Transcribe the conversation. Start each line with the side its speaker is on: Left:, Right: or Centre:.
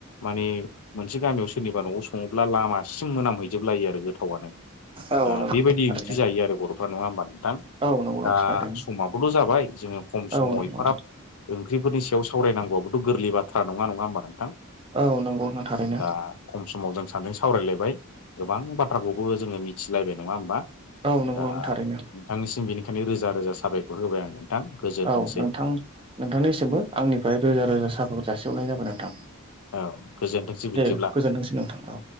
Left: माने मोनसे गामियाव सोरनिबा न'आव सङोब्ला लामासिम मोनामहैजोबलायो आरो गोथाव थावानो
Right: औ
Left: दा
Right: नंगौ
Left: बेबायदि
Right: थारैनो
Left: ओंख्रि जायो आरो बर' नङा होमबा नोंथां
Right: औ नंगौ नोंथां
Left: दा
Right: थारैनो
Left: समाबोथ' जाबाय जोङो खम समाव
Right: औ नंगौ
Left: एफाग्राब
Right: नोंथां
Left: ओंख्रिफोरनि सायाव सावरायनांगौआबोथ' गोरलै बाथ्रा नङा नङा होमबा नोंथां
Right: औ नंगौ नोंथां थारैनो
Left: दा खम समाव जों सानैजों सावरायलायबाय गोबां बाथ्राखौबो जोङो मिथिलायबाय नङा होमबा
Right: औ नंगौ
Left: दा
Right: नोंथां
Left: नोंथांनिसिम
Right: थारैनो
Left: बेनि रोजा रोजा साबायफोर होबाय आं नोंथां गोजोन्थोंसै
Right: औ नोंथां नोंथांनिसिमबो आंनिफ्राय रोजा रोजा साबायखर जासिहरनाय जाबाय नोंथां
Left: औ गोजोनथोंसै बिदिब्ला
Right: दे गोजोनथोंसै नोंथां औ